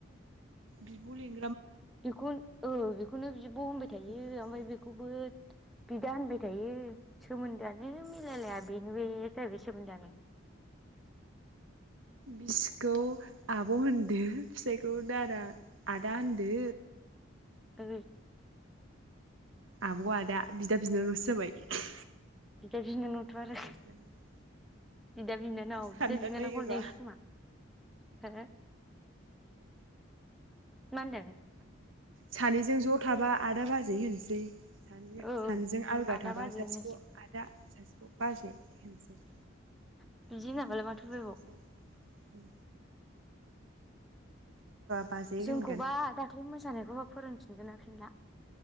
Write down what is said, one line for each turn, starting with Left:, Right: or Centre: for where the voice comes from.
Right: बिबलिङो
Centre: बेखौ औ बेखौनो बिब होनमबाय थायो
Right: फंफ्रा फिसाया
Centre: ओमफ्राय बेखौबो बिदा होनबाय थायो सोमोन्दोआनो मिलायलाया बिनो बेे जाहैबाय सोमोनदोआनो
Right: बिसिखौ आब होनदो फिसायखौ दादा आदा होनदो।
Centre: ओ
Right: आब आदा बिदा बिनानावसो जाबाय।
Centre: बिदा बिनावथ आरो।
Right: बिदा बिनानाव
Centre: बिदा बिनानाव
Right: सानना
Centre: बिदा बिनानाव
Right: नायोबा
Centre: <inaudible> खोमा हो? मा होनदों?
Right: सानैजों ज थाबा आदा बाजै होनसै। सानैजों
Centre: औ
Right: सानैजों
Centre: औ
Right: आलदा
Centre: आदा
Right: थाबा
Centre: बाजै
Right: सासेखौ
Centre: होननांसिगोन
Right: आदा सासेखौ बाजै होनसै।
Centre: <unintelligible>
Right: जा
Centre: होनाबालाय
Right: मिनिथाव
Centre: माथो उफायबाव
Right: जोंना सोमोनदोआ औ। बाजै होनगोन
Centre: जोंखौबा दाख्लै मोसानायखौबा फोरोंफिनगोन ना फिनला